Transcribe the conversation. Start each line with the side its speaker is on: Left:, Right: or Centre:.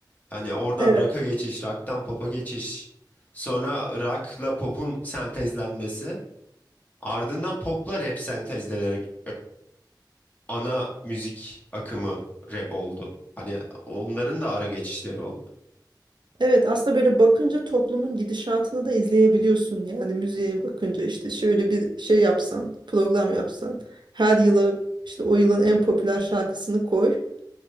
Left: Hani oradan
Right: Evet.
Left: rock'a geçiş, rock'tan pop'a geçiş. Sonra rock'la pop'un sentezlenmesi. Ardından pop'la rap sentezlenerek ana müzik akımı rap oldu. Hani onların da ara geçişleri oldu.
Right: Evet aslında böyle bakınca toplumun gidişatını da izleyebiliyorsun. Yani müziğe bakınca işte şöyle bir şey yapsan, program yapsan, her yıla işte o yılın en popüler şarkısını koy.